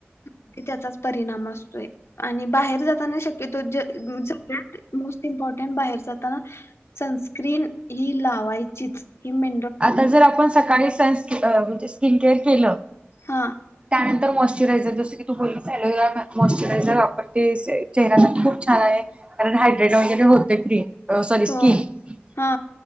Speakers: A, on the left (about 70°); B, on the right (about 25°).
A: म्हे त्याचाच परिणाम असतोय. आणि बाहेर जाताना शक्यतो सगळ्यात मोस्ट इम्पॉर्टंट बाहेर जाताना. सनस्क्रीन ही लावायचीच ही मे
B: आता जर आपण सकाळी सन म्हणजे स्किन केअर केलं
A: हां..
B: त्यानंतर मॉइशचरायझर जसं की तू बोलीस ऑलोवेरा मॉस्चरायझर वापरते चेहऱ्यासाठी खूप छान आहे कारण हायड्रेट वगैरे होते क्रीम सॉरी स्कीन
A: हो हा